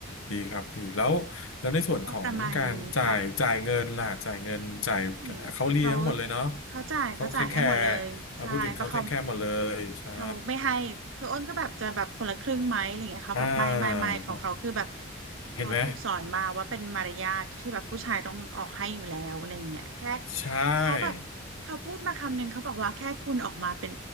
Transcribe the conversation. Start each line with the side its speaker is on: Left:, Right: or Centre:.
Left: ดีครับดีแล้วแล้วในส่วนของการจ่ายจ่ายเงินล่ะจ่ายเงินจ่าย
Right: ก็ประมาณนี้ค่ะอืมเขา
Left: เขาเลี้ยงหมดเลยเนาะ
Right: เขาจ่ายเขาจ่ายให้หมดเลยใช่เพราะเขา
Left: เขาเทคแคร์พูดถึงเขาเทคแคร์หมดเลยใช่
Right: เขาไม่ให้คืออ้นก็แบบจะแบบคนละครึ่งไหมอะไรเงี้ยเขาแบบไม่ไม่ไม่ของเขาคือแบบ
Left: อ่าครับ
Right: เขาถูกสอนมาว่าเป็นมารยาทที่แบบผู้ชายต้องออกให้อยู่แล้วอะไรเงี้ยแค่
Left: เห็นไหมใช่
Right: เขาแบบเขาพูดมาคำหนึ่งเขาบอกว่าแค่คุณออกมาเป็น